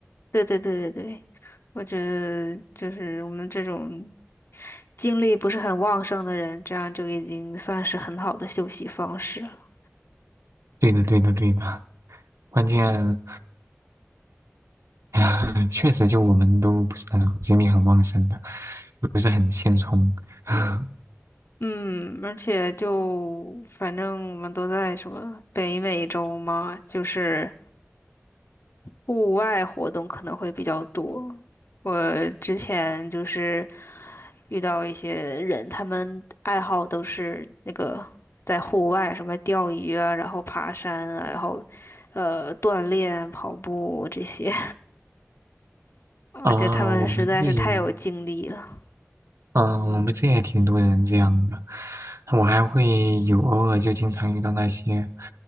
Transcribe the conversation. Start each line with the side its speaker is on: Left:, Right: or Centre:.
Left: 对对对对对，我觉得就是我们这种精力不是很旺盛的人，这样就已经算是很好的休息方式了。
Right: 对的，对的，对的。关键 <laughs> 确实，就我们都不是那种精力很旺盛的，不是很现充。<laughs>
Left: 嗯，而且就反正我们都在什么北美洲嘛，就是户外活动可能会比较多。我之前就是遇到一些人，他们爱好都是那个在户外，什么钓鱼啊，然后爬山啊，然后呃锻炼、跑步这些，<laughs> 我觉得他们实在是太有精力了。
Right: 啊、我们这也嗯，我们这也挺多人这样的。我还会有偶尔就经常遇到那些